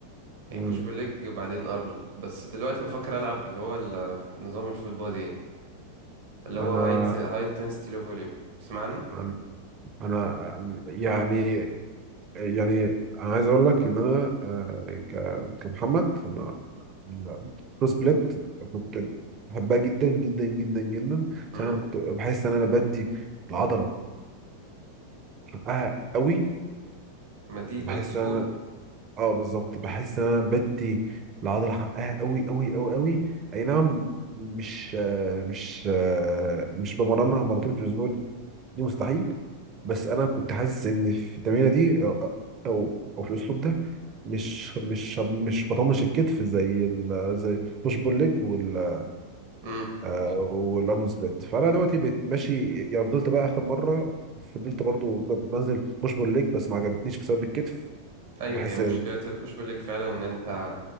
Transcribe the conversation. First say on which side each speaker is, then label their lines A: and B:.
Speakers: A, on the right; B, on the right.
A: يعني
B: مم.
A: بوش بليج وبعدين ارنولد بس دلوقتي بفكر العب اللي هو ال- نظام الفول بودي يعني اللي هو
B: انا
A: هاي هاي انتنسيتي لو فوليوم تسمع عنه
B: أنا انا يعني يعني انا عايز اقول لك ان انا آه، ك- كمحمد انا البروس بليت كنت بحبها جدا جدا جدا جدا
A: امم
B: عشان انا كنت بحس ان انا بدي العضله حقها قوي
A: ما دي الاولد
B: بحس
A: سكول
B: ان انا اه بالظبط بحس ان انا بدي العضله حقها قوي قوي قوي قوي اي نعم مش آه، مش آه، مش بمرنها مرتين في الاسبوع دي مستحيل بس انا كنت حاسس ان في التمرينه دي او او أو في الاسلوب ده مش مش مش بطنش الكتف زي ال زي بوش بول ليج وال
A: امم
B: آه، والارم سبليت فانا دلوقتي بقيت ماشي يعني فضلت بقى اخر مره فضلت برضو ب- بنزل بوش بول ليج بس ما عجبتنيش بسبب الكتف
A: ايوه
B: بحس
A: هي مشكله البوش بليج فعلا ان انت